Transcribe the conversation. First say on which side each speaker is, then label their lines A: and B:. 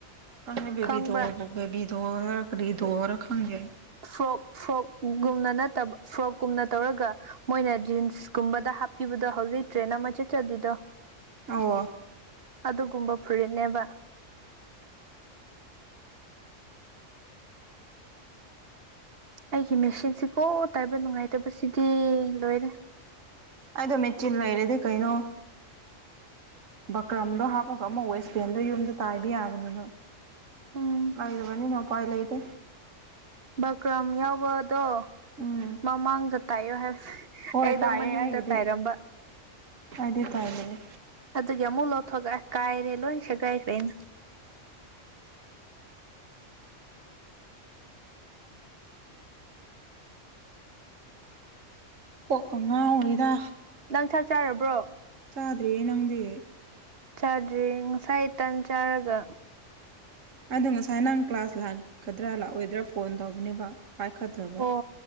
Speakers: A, on the right; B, on the right.
A: ꯈꯪꯉꯦ ꯕꯦꯕꯤꯗꯣ
B: ꯈꯪꯕ꯭ꯔꯥ
A: ꯕꯦꯕꯤꯗꯣꯔꯥ ꯀꯔꯤꯗꯣꯔꯥ ꯈꯪꯗꯦ ꯑꯩ
B: ꯐꯣꯔꯣꯛ ꯐꯣꯔꯣꯛꯒꯨꯝꯅ ꯅꯠꯇꯕ ꯐꯣꯔꯣꯛꯀꯨꯝꯅ ꯇꯧꯔꯒ ꯃꯣꯏꯅ ꯖꯤꯟꯁꯀꯨꯝꯕꯗ ꯍꯥꯞꯄꯤꯕꯗꯣ ꯍꯧꯖꯤꯛ ꯇ꯭ꯔꯦꯟ ꯑꯃ ꯆꯠꯆꯔꯤꯗꯣ
A: ꯑꯣ
B: ꯑꯗꯨꯒꯨꯝꯕ ꯐꯨꯔꯤꯠꯅꯦꯕ ꯑꯩꯒꯤ ꯃꯦꯁꯤꯟꯁꯤꯀꯣ ꯇꯥꯏꯕ ꯅꯨꯡꯉꯥꯏꯇꯕꯁꯤꯗꯤ ꯂꯣꯏꯔꯦ
A: ꯑꯗꯣ ꯃꯦꯆꯤꯟ ꯂꯩꯔꯗꯤ ꯀꯩꯅꯣ ꯕꯀ꯭ꯔꯝꯗꯣ ꯍꯥꯞꯄꯒ ꯑꯃꯨꯛ ꯋꯦꯁ ꯕꯦꯟꯗꯣ ꯌꯨꯝꯗ ꯇꯥꯏꯕ ꯌꯥꯕꯅꯦꯕ
B: ꯎꯝ
A: ꯂꯩꯔꯕꯅꯤꯅ ꯎꯄꯥꯏ ꯂꯩꯗꯦ
B: ꯕꯀ꯭ꯔꯝ ꯌꯥꯎꯕꯗꯣ
A: ꯎꯝ
B: ꯃꯃꯥꯡꯗ ꯇꯥꯛꯌꯣ ꯍꯥꯏꯕꯅꯦ
A: ꯍꯣꯏ
B: ꯑꯩꯗꯣ
A: ꯇꯥꯏꯌꯦ
B: ꯃꯅꯤꯡꯗ
A: ꯑꯩꯒꯤꯗꯤ
B: ꯇꯥꯏꯔꯝꯕ
A: ꯑꯩꯗꯤ ꯇꯥꯏꯕꯅꯦ
B: ꯑꯗꯨꯒꯤ ꯑꯃꯨꯛ ꯂꯧꯊꯣꯛꯑꯒꯦ ꯀꯥꯏꯔꯦ ꯂꯣꯏ ꯁꯦꯒꯥꯏꯈ꯭ꯔꯦꯅꯦ
A: ꯀꯣꯛꯀꯥ ꯉꯥꯎꯔꯤꯗ
B: ꯅꯪ ꯆꯥꯛ ꯆꯥꯔꯕ꯭ꯔꯣ
A: ꯆꯥꯗ꯭ꯔꯤꯌꯦ ꯅꯪꯗꯤ
B: ꯆꯥꯗ꯭ꯔꯤ ꯉꯁꯥꯏ ꯇꯟ ꯆꯥꯔꯒ
A: ꯑꯗꯨ ꯉꯁꯥꯏ ꯅꯪ ꯀ꯭ꯂꯥꯁ ꯂꯥꯛꯀꯗ꯭ꯔꯥ ꯂꯥꯛꯑꯣꯏꯗ꯭ꯔꯥ ꯐꯣꯟ ꯇꯧꯕꯅꯦꯕ ꯄꯥꯏꯈꯠꯇ꯭ꯔꯕ
B: ꯑꯣ